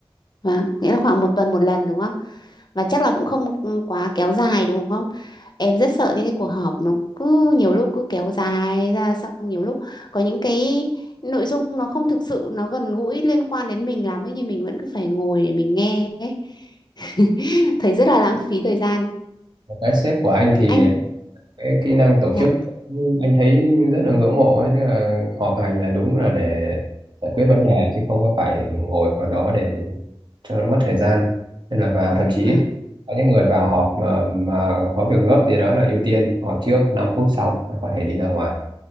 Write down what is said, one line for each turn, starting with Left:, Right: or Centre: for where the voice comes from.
Left: vâng, nghĩa là khoảng một tuần một lần đúng không? và chắc là cũng không quá kéo dài đúng không? Em rất sợ những cái cuộc họp nó cứ nhiều lúc cứ kéo dài ra xong nhiều lúc có những cái nội dung nó không thực sự nó gần gũi liên quan đến mình lắm ấy nhưng mình vẫn cứ phải ngồi để mình nghe ấy. <laughs> Thấy rất là lãng phí thời gian.
Right: cái sếp của anh thì
Left: Anh
Right: cái kỹ năng tổ
Left: dạ
Right: chức anh thấy rất là ngưỡng mộ ấy nên là họp hành là đúng là để giải quyết vấn đề chứ không có phải ngồi vào đó để cho nó mất thời gian nên là vào thậm chí
Left: vâng
Right: có những người vào họp mà, mà có việc gấp gì đó là ưu tiên họp trước 5 phút xong là có thể đi ra ngoài